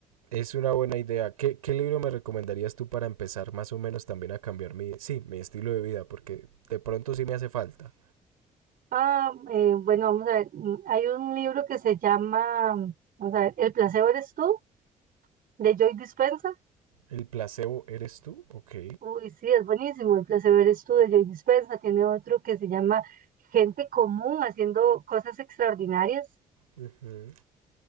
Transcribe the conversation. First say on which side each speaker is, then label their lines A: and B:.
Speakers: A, on the right (about 80°); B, on the right (about 50°).
A: Es una buena idea. ¿Qué, qué libro me recomendarías tú para empezar más o menos también a cambiar mi, sí, mi estilo de vida? Porque de pronto sí me hace falta.
B: Ah, eh, bueno, vamos a ver, mm, hay un libro que se llama, vamos a ver, El placebo eres tú, de Joy Dispenza
A: ¿El placebo eres tú? Ok.
B: Uy, sí, es buenísimo. El placer es tú de Joy Dispenza. Tiene otro que se llama Gente Común haciendo cosas extraordinarias.
A: Ujú.